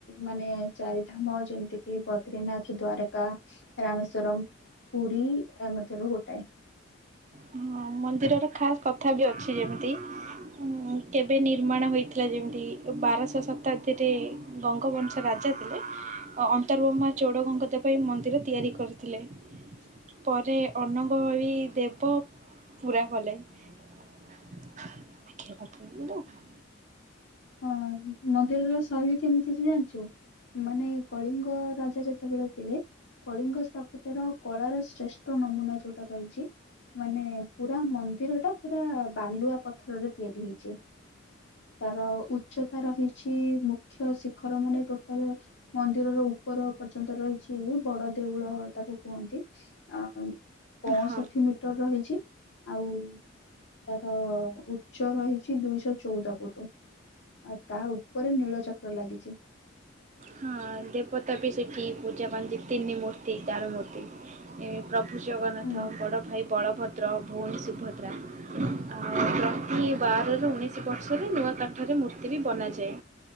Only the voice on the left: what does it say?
ମାନେ ଚାରି ଧାମ ଯେମିତି କିି ବଦ୍ରିନାଥ ଦ୍ଵାରକା। ରାମେଶ୍ୱରମ୍, ପୁରୀ ଆ ମଧ୍ୟରୁ ଗୋଟାଏ।
<inaudible>
ହଁ ମନ୍ଦିର ର ଶୈଳୀ କେମିତି ଅଛି ଜାଣିଛୁ? ମାନେ କଳିଙ୍ଗ ରାଜା ଯେତେବେଳେ ଥିଲେ କଳିଙ୍ଗ ସ୍ଥାପତ୍ୟ ର କଳାର ଶ୍ରେଷ୍ଠ ନମୁନା ଯୋଉଟା ରହିଛି ମାନେ ପୁରା ମନ୍ଦିର ଟା ପୁରା ବାଲୁଆ ପଥରରେ ତିଆରି ହେଇଛି। ତାର ଉଚ୍ଚତା ରହିଛି ମୁଖ୍ୟ ଶିଖର ମାନେ ଟୋଟାଲ୍ ମନ୍ଦିର ର ଉପର ପର୍ଯ୍ୟନ୍ତ ରହିଛି ବଡ ଦେଉଳ ତାକୁ କୁହନ୍ତି। ଆ ଆଉ ପଅଷଠି
ମିଟର ହେଇଛି ଆଉ ତାର ଉଚ୍ଚ ରହିଛି ଦୁଇଶହ ଚଉଦ ପୁଟୁ। ଆଉ ତା ଉପରେ ନୀଳ ଚକ୍ର ଲାଗିଛି।
ହୁଁ